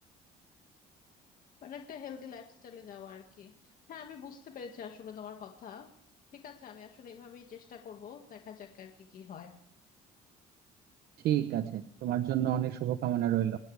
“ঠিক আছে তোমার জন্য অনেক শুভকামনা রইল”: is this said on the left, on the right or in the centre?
Right